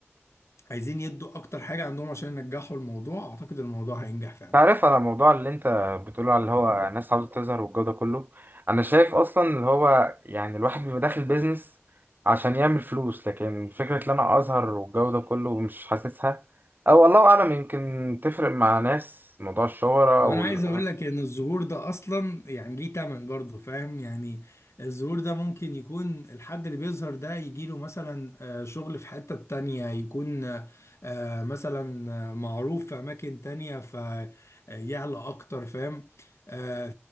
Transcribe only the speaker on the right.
أنت عارف على الموضوع اللي أنت بتقوله على اللي هو ناس عاوزة تظهر والجو ده كله أنا شايف أصلا اللي هو يعني الواحد بيبقى داخل بيزنس عشان يعمل فلوس لكن فكرة إن أنا أظهر والجو ده كله مش حاسسها أو الله أعلم يمكن تفرق مع ناس موضوع الشهرة
وال